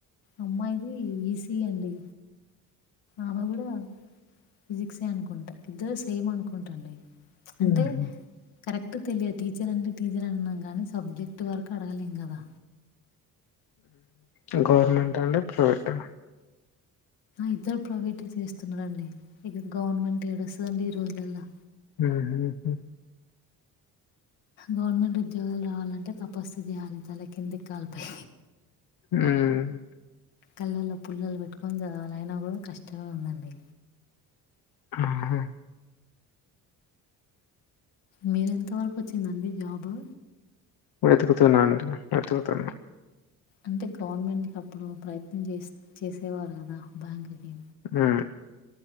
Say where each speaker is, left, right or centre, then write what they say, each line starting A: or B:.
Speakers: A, on the left; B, on the left.
A: అమ్మాయిది ఈ సి అండి ఆమె కూడా ఫిజిక్సే అనుకుంటా ఇద్దరు సేమ్ అనుకుంటా అండి
B: హుహు.
A: అంటే కరెక్ట్ తెలియ టీచర్ అంటే టీచర్ అన్నాం కానీ సబ్జెక్ట్ వరకు అడగలేం కదా
B: ఆహా గవర్నమెంట్ అండి ప్రైవేట
A: ఇద్దరు ప్రైవేట్ చేస్తున్నారండి ఇక గవర్నమెంట్ ఏడు వస్తుందండి ఈ రోజల్లో
B: ఆహా హు
A: గవర్నమెంట్ ఉద్యోగాలు రావాలంటే తపస్సు చేయాలి తల కిందికి కాలపై
B: హ్మ్మ్
A: కళ్ళల్లో పుల్లలు పెట్టుకొని చదవాల అయినా కూడా కష్టంమే ఉందండి
B: ఆహా
A: మీరెంత వరకు వచ్చిందండి జాబు
B: వెతుకుతున్నా అండి వెతుకుతున్నా
A: అంటే గవర్నమెంట్ కి అప్పుడు ప్రయత్నం చేసి చేసేవారు కదా బ్యాంకుకి
B: హా